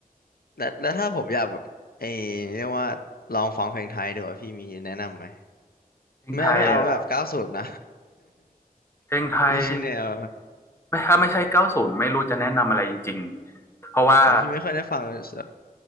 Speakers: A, on the left (about 75°); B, on the left (about 15°).
A: แล้วแล้วถ้าผมอยากแบบไอ้เรียกว่าลองฟังเพลงไทยดีกว่าพี่มีแนะนำไหม
B: เพลงไทยเหรอ
A: ไม่ไม่เอาแบบเก้าศูนย์นะ
B: เพลงไทย
A: <laughs> ไม่ใช่แนว
B: ไม่ถ้าไม่ใช่เก้าศูนย์ไม่รู้จะแนะนำอะไรจริงๆเพราะว่า
A: อ๋อพี่ไม่ค่อยได้ฟังแบบ